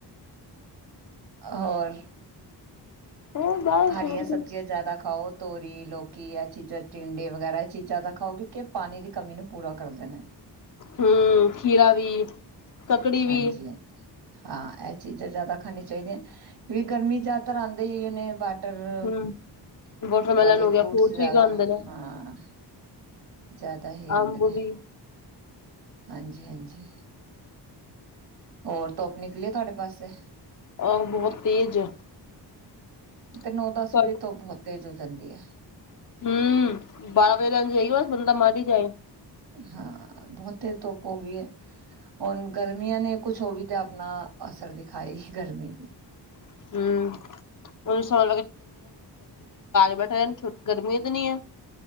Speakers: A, on the right; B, on the left.
A: ਹੋਰ
B: ਹੋਰ ਬਸ
A: ਹਰੀਆਂ
B: ਹੋਰ ਕੀ।
A: ਸਬਜ਼ੀਆਂ ਜ਼ਿਆਦਾ ਖਾਓ ਤੋਰੀ, ਲੋਕੀ ਆ ਚੀਜ਼ਾਂ ਟਿੰਡੇ ਵਗੈਰਾ ਇਹ ਚੀਜ਼ਾਂ ਦਾ ਖਾਓਗੇ ਕਿ ਇਹ ਪਾਣੀ ਦੀ ਕਮੀ ਨੂੰ ਪੂਰਾ ਕਰਦੇ ਨੇ।
B: ਹਮ ਖੀਰਾ ਵੀ ਕੱਕੜੀ ਵੀ।
A: ਹਾਂਜੀ ਹਾਂਜੀ ਹਾਂ ਇਹ ਚੀਜ਼ਾਂ ਜਿਆਦਾ ਖਾਨੀਆ ਚਾਹੀਦੀਆਂ ਕਿਉਕਿ ਗਰਮੀ ਜ਼ਿਆਦਾਤਰ ਆਉਂਦਾ ਹੀ ਉਹਨੇ ਟਰ
B: ਹੂੰ ਵਾਟਰਮੈਲਨ
A: ਵਾਲੇ
B: ਹੋ ਗਿਆ
A: ਫਰੂਟਸ ਜਿਆਦਾ
B: ਵੀ ਖਾਂਦੇ ਨੇ
A: ਹਾਂ ਜ਼ਿਆਦਾ ਹੀ ਆਉਂਦੇ
B: ਅੰਬ
A: ਨੇ
B: ਵੀ
A: ਹਾਂਜੀ -ਹਾਂਜੀ। ਜੀ। ਹੋਰ ਧੁੱਪ ਨਿਕਲੀ ਆ ਤੁਹਾਡੇ ਪਾਸੇ।
B: ਆ ਬਹੁਤ ਤੇਜ਼ ਹੈ। <unintelligible>
A: ਤੇ ਨੌ ਦਸ ਵਜੇ ਧੁੱਪ ਬਹੁਤ ਤੇਜ਼ ਹੋ ਜਾਂਦੀ ਹੈ
B: ਹਮ ਬਾਰਾਂ ਵਜੇ <unintelligible> ਬੰਦਾ ਮਾਰ ਹੀ ਜਾਏ।
A: ਹਾਂ ਬਹੁਤੇ ਧੁੱਪ ਹੋ ਗਈ ਹੈ ਹੁਣ ਗਰਮੀਆਂ ਨੇ ਕੁਛ ਹੋ ਵੀ ਤੇ ਆਪਣਾ ਅਸਰ ਦਿਖਾਏਗੀ ਗਰਮੀ ਵੀ।
B: <unintelligible> ਕਾਰ ਬੈਠੇ ਰਹਿਣ ਗਰਮੀ ਇਤਨੀ ਹੈ।